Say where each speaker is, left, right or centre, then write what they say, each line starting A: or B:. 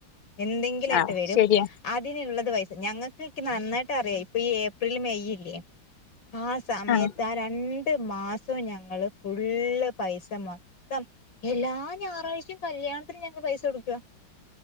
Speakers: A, on the left; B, on the left.
A: എന്തെങ്കിലും ആയിട്ട്
B: ആഹ്
A: വരും
B: ശരിയാ
A: അതിനുള്ളത് വൈഫ് ഞങ്ങക്ക് ക്ക് നന്നായിട്ടറിയാം ഇപ്പൊ ഈ ഏപ്രില് മെയ്യില്ലേ ആ സമയത്ത്
B: ആഹ്
A: ആ രണ്ട് മാസ് സവും ഞങ്ങള് ഫുള്ള് പൈസ മൊത്തം എല്ലാ ഞായറാഴ്ചയും കല്യാണത്തിനു ഞങ്ങക് പൈസ കൊടുക്കുക